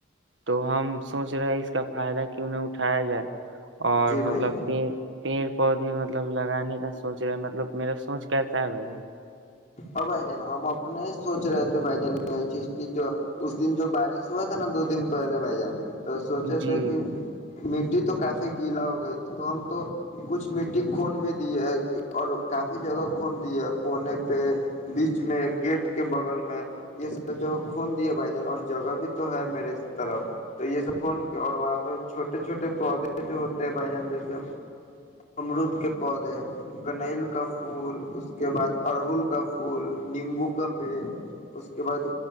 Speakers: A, on the right (about 75°); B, on the left (about 40°).
A: تو ہم سوچ رہے ہیں اس کا فائدہ کی انہیں اٹھایا جائے اور
B: جی بھائی
A: مطلب
B: جان
A: کہ پیڑ پودے مطلب لگانے کا سوچ رہے مطلب میرا سونچ کیسا ہے بھائی جان
B: اور بھائی جان ہم اپنے سوچ رہے تھے بھائی جان یہ چیز کی جو اس دن جو بارش ہوا تھا نا دو دن پہلے بھائی جان تو سونچے
A: جی
B: تھے کہ مٹی تو کافی گیلا ہو گئی تھی تو ہم تو کچھ مٹی کھون بھی دی ہے اور کافی جگہ خون دی ہے کونے پہ بیچ میں گیٹ کے بغل میں یہ سب جو کھون دیے بھائی جان اور جگہ بھی تو ہے میرے طرف تو یہ سب کھون کے اور وہاں پہ چھوٹے چھوٹے پودے جو ہوتے ہیں بھائی جان جیسے امرود کے پودے کنل کا پھول اس کے بعد ارہل کا پھول نیمبو کا پیڑ اس کے بعد